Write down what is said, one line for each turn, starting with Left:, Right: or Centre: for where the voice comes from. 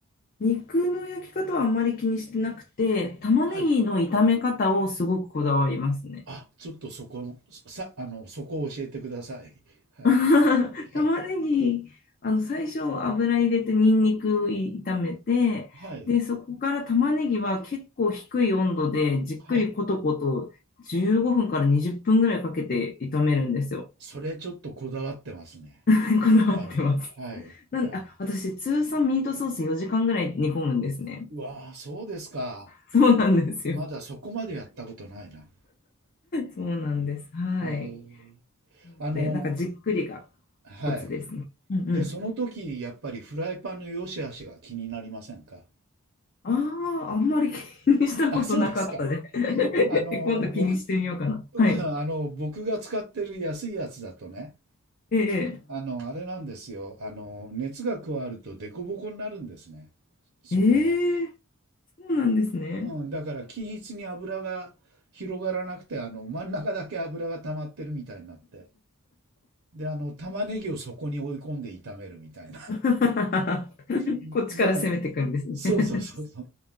Left: 肉の焼き方はあんまり気にしてなくて、玉ねぎの炒め方をすごくこだわりますね。
Right: はい。あ、ちょっとそこ、さ、あの、そこを教えてください。<laughs> はい。
Left: <laughs>
Right: はい。
Left: 玉ねぎ、あの最初油入れてニンニク炒めて、
Right: はい。
Left: で、そこから玉ねぎは結構低い温度でじっくりコトコト15分から20分ぐらいかけて炒めるんですよ。
Right: はい。それちょっとこだわってますね。
Left: <laughs> こだわってます。
Right: はい。はい。
Left: なんで、
Right: はい。
Left: あ、私通算ミートソース4時間ぐらい煮込むんですね。
Right: うわあ、そうですか。
Left: そうなんですよ。
Right: まだそこまでやったことないな。はい。
Left: そうなんです。はい。
Right: へえ。へえ
Left: なので、
Right: あの、
Left: なんかじっくりが
Right: はい。
Left: コツですね。うんうん。
Right: で、その時、やっぱりフライパンの良し悪しが気になりませんか
Left: ああ、あんまり気にしたことなかったで、
Right: あ、そうですか。
Left: ね。
Right: あの、
Left: <laughs> 今度気にしてみようかな。
Right: 僕、<laughs> うんあの、
Left: はい。
Right: 僕が使ってる安いやつだとね、
Left: ええ
Right: あの、あれなんですよ。あの、熱が加わるとデコボコになるんですね。そこが。
Left: ええそうなんですね。
Right: うん、だから均一に油が広がらなくて、あの、真ん中だけ油が溜まってるみたいになって。で、あの、玉ねぎをそこに追い込んで炒めるみたいな。
Left: <laughs>
Right: <laughs>
Left: こっちから攻めていくんですね。
Right: でも、そうそうそうそう。